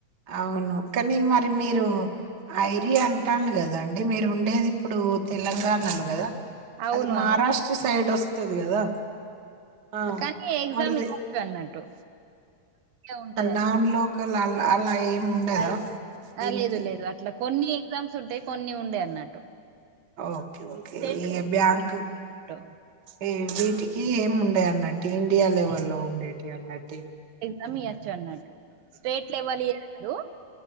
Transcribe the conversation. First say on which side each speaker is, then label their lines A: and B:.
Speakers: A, on the right; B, on the right.
A: అవును కానీ మరి మీరు ఐరి అంటను కదా అండి మీరు ఉండేది ఇప్పుడు తెలంగాణలో కదా
B: అవును
A: అది మహారాష్ట్ర
B: అవును
A: సైడ్ వసా వస్తుది కదా ఆ
B: కానీ ఎగ్జామ్
A: మరి అది
B: ఇవ్వచ్చు అన్నట్టు ఉంటదని
A: నాన్ లోకల్ అ అలా ఏమి ఉండదా దీనికి
B: ఆ లేదు లేదు అట్లా కొన్ని ఎగ్జామ్స్ ఉంటాయి కొన్ని ఉండవు అన్నట్టు
A: ఓకే ఓకే
B: సెంట్రల్
A: ఈ బ్యాంక్
B: అన్నట్టు,
A: ఏ వీటికి ఏమి ఉండయన్న అంటే ఇండియా లెవెల్ లో ఉండేటి అన్నటి
B: సమీ అచ్చన్నటు స్టేట్ లెవల్యి గాదు